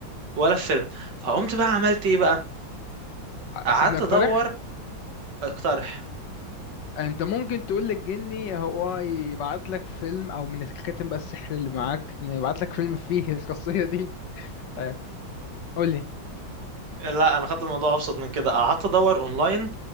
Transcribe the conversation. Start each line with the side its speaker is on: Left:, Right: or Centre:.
Right: ولا في فيلم فقمت بقى عملت ايه بقى قعدت
Left: سيبني اقترح
Right: ادور اقترح
Left: انت ممكن تقول للجني هو يبعت لك فيلم او من الكاتب بقى السحر اللي معاك يبعت لك فيلم فيه <laughs> القصية دي طيب قول لي
Right: لا انا خدت الموضوع ابسط من كده قعدت ادور اونلاين